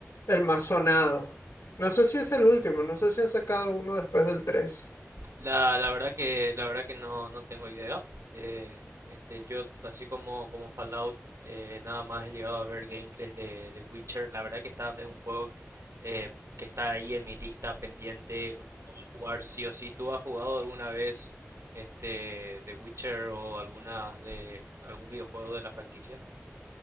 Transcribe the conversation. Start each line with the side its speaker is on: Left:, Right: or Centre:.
Left: el más sonado. No sé si es el último, no sé si han sacado uno después del 3.
Right: La, la verdad que, la verdad que no, no tengo idea. Eh, este, yo, así como, como Fallout, eh, nada más he llegado a ver gameplays de, de Witcher. La verdad que está, es un juego eh, que está ahí en mi lista pendiente. Un juego a jugar sí o sí. ¿Tú has jugado alguna vez este, The Witcher o alguna de algún videojuego de la franquicia?